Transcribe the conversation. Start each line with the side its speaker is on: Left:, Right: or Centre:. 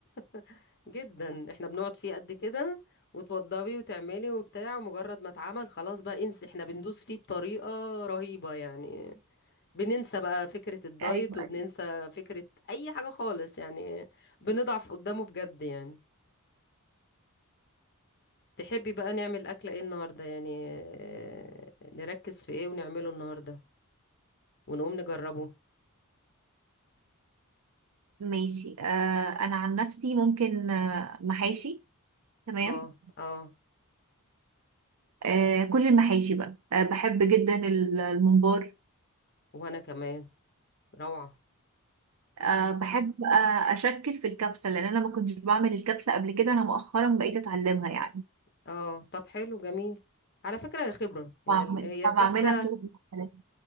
Left: <laughs> جدا احنا بنقعد فيه قد كده وتوضبي وتعملي وبتاع ومجرد ما اتعمل خلاص بقى انسي احنا بندوس فيه بطريقة رهيبة يعني بننسى بقى فكرة الدايت
Right: ايوه
Left: وبننسى
Right: أيوة.
Left: فكرة اي حاجة خالص يعني بنضعف قدامه بجد يعني تحبي بقى نعمل اكلة ايه النهاردة يعني آه، نركز في ايه ونعمله النهاردة ونقوم نجربه
Right: ماشي آه انا عن نفسي ممكن آه محاشي تمام
Left: اه اه
Right: آه كل المحاشي بقى آه بحب جدا الممبار
Left: وانا كمان روعة
Right: أه بحب آه، أشكل في الكبسة لأن أنا ما كنتش بعمل الكبسة قبل كده أنا مؤخرا بقيت أتعلمها يعني
Left: اه طب حلو جميل على فكرة هي خبرة هي
Right: بعمل
Left: ال- هي
Right: فبعملها
Left: الكبسة
Right: بطرق مختلفة